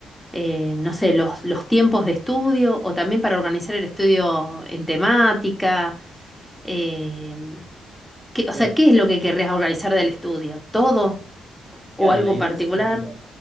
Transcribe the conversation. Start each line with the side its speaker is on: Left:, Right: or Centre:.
Centre: eh, no sé, los, los tiempos de estudio o también para organizar el estudio en temática. eh, ¿qué- o
Right: Creo,
Centre: sea, ¿qué es lo que querrías organizar del estudio? ¿Todo o
Right: Claro,
Centre: algo
Right: la idea
Centre: particular?
Right: sería,